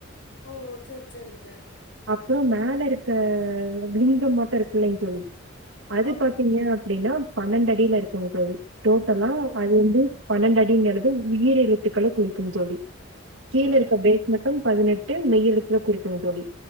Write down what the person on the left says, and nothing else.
ஓ சேசரி சேரிங்க
ஆமாங்.
ஓ!
ஓ! ஓ!